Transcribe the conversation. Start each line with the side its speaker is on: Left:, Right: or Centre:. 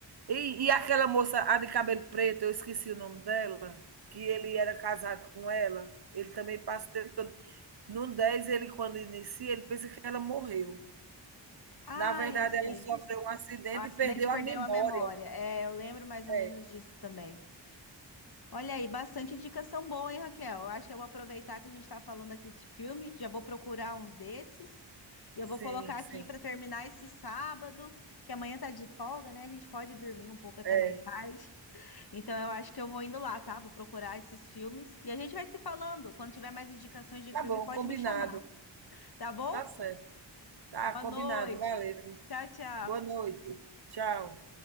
Right: E, e aquela moça, a de cabelo preto, eu esqueci o nome dela, que ele era casado com ela, ele também passa o tempo todo. No 10 ele quando inicia, ele pensa que ela morreu.
Left: ah,
Right: Na verdade,
Left: eu sei.
Right: ela sofreu um acidente
Left: O acidente
Right: e perdeu
Left: perdeu
Right: a memória.
Left: a memória. É, eu lembro mais ou
Right: É,
Left: menos disso também. Olha aí, bastante indicação boa, hein, Raquel? Eu acho que eu vou aproveitar que a gente está falando aqui de filme, já vou procurar uns desses. E eu
Right: sim,
Left: vou colocar aqui
Right: sim.
Left: para terminar esse sábado, que amanhã tá de folga, né? A gente pode dormir um pouco até
Right: É.
Left: mais tarde. Então eu acho que eu vou indo lá, tá? Vou procurar esses filmes e a gente vai se falando. Quando tiver mais indicações de filme,
Right: Tá bom,
Left: pode
Right: combinado.
Left: me chamar, tá bom?
Right: Tá certo. Tá
Left: Boa
Right: combinado,
Left: noite.
Right: valeu.
Left: Tchau, tchau.
Right: Boa noite. Tchau.